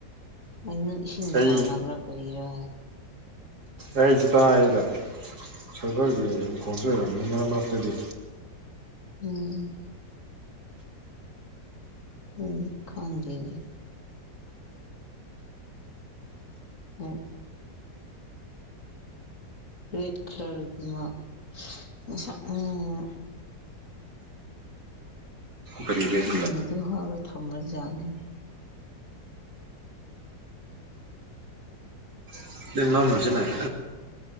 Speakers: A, on the left; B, on the right.
A: ꯑ ꯅꯪ ꯏꯁꯤꯡ
B: ꯑꯩ
A: ꯁꯥꯟꯅꯕ꯭ꯔꯥ ꯀꯔꯤꯔꯥ
B: ꯑꯩꯁꯨ ꯇꯥꯏꯗ ꯁꯚꯔꯒꯤ ꯑꯃꯨ ꯈꯣꯟꯁꯨ ꯑꯣꯏꯔꯝꯅꯤ ꯃꯔꯛ ꯃꯔꯛꯇꯗꯤ
A: ꯎꯝ ꯎꯝ ꯈꯪꯗꯦꯅꯦ ꯑꯣ ꯔꯦꯠ ꯀꯂꯔꯒꯤꯃ ꯉꯁꯛ ꯉꯡꯕ
B: ꯀꯔꯤ ꯕꯦꯛ
A: ꯎꯝ ꯑꯗꯨ ꯍꯞꯔ ꯊꯝ꯭ꯔꯖꯥꯠꯅꯤꯅꯦ
B: <unintelligible> ꯅꯝꯁꯤꯅꯦꯝ